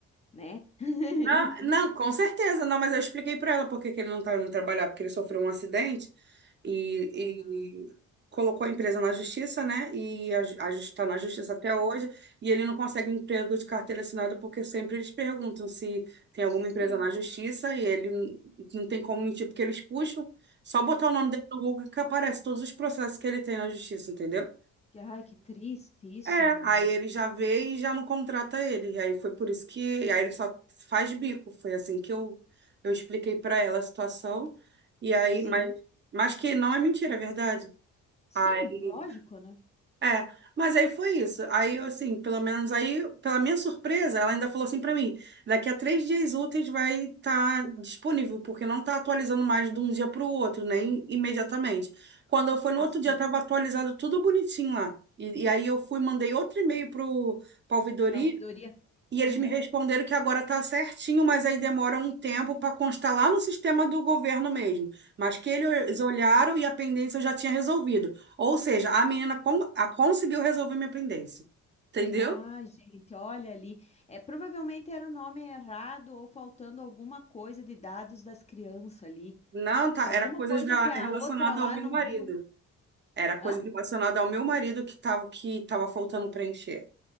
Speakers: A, on the left; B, on the right.
A: né? <laughs>
B: Não, não, com certeza, não, mas eu expliquei para ela porque que ele não tá indo trabalhar, porque ele sofreu um acidente e,
A: Aham.
B: e colocou a empresa na justiça, né? E está na justiça
A: Sim,
B: até hoje, e ele não consegue emprego de carteira assinada porque sempre eles perguntam se tem
A: sim.
B: alguma empresa na justiça e ele n- não tem como mentir porque eles puxam, só botar o nome dele no Google que aparece todos os processos que ele tem na justiça, entendeu?
A: Ai, que triste isso,
B: É,
A: menino.
B: aí ele já vê e já não contrata ele. E aí foi por isso que aí ele só faz bico. Foi assim que eu, eu expliquei pra ela a situação. E aí,
A: Sim,
B: mas, mas que não é mentira, é verdade.
A: sim,
B: Aí
A: lógico, né?
B: é, mas aí foi isso. Aí eu, assim, pelo menos aí, pela minha surpresa, ela ainda falou assim pra mim: daqui a três dias úteis vai estar disponível, porque não tá atualizando mais de um dia pro outro, nem imediatamente. Quando eu fui no outro
A: Sim.
B: dia, tava atualizado tudo bonitinho lá. E, e aí eu fui, mandei outro e-mail pro pra ouvidoria
A: Para ouvidoria?
B: e eles
A: Aham,
B: me responderam que agora está certinho, mas aí demora um tempo para constar lá no sistema do governo mesmo. Mas que eles
A: sim.
B: olharam e a pendência eu já tinha resolvido. Ou seja, a menina con- a conseguiu resolver minha pendência. Entendeu?
A: Ah, gente, olha ali. É, provavelmente era o nome errado ou faltando alguma coisa de dados das crianças ali.
B: Não, tá,
A: Alguma
B: era coisas
A: coisa
B: da,
A: que a
B: relacionada
A: outra lá
B: ao meu
A: não
B: marido.
A: viu.
B: Era coisa
A: Hã?
B: relacionada ao meu marido que estava que tava faltando preencher.